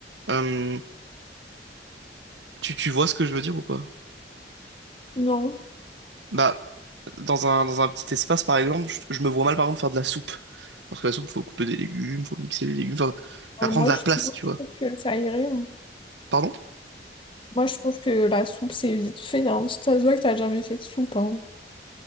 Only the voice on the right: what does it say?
Euh, tu, tu vois ce que je veux dire ou pas?
Bah, dans un, dans un petit espace, par exemple, je, je me vois mal, par exemple, faire de la soupe. Parce que la soupe, faut couper des légumes, faut mixer les légumes, enfin, ça
prend
de la
place,
tu
vois.
Pardon?